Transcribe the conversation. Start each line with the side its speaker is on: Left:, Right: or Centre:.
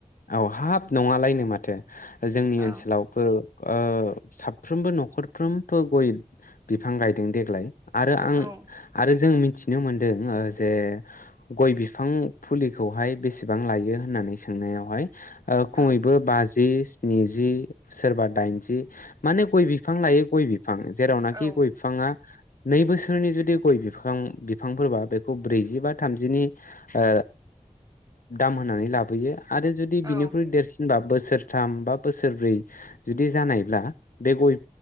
Left: औ हाब नङालायनो माथो। जोंनि
Right: आरो
Left: ओनसोलावबो ओ साफ्रोमबो न'खरफ्रोमबो गय बिफां गायदों देग्ला आरो आं
Right: औ
Left: आरो जों मि मिथिनो मोन्दों ओ जे गय बिफां फुलिखौहाय बेसेबां लायो होननानै सोंनायाव <unintelligible> ओ
Right: औ
Left: खमैबो बाजि सि नैजि सोरबा दाइनजि माने गय बिफां लायै गय बि बिफां जेरावनाखि
Right: औ
Left: गय बिफाङा नै बोसोरनि जुदि गय बिफां बिफांफोरबा बेखौ ब्रैजि बा थामजिनि ओ दाम होनानै लाबोयो। आरो जुदि
Right: औ
Left: बिनिख्रुइ देरसिनबा बोसोरथाम बा बोसोरब्रै जुदि जानायब्ला बे गय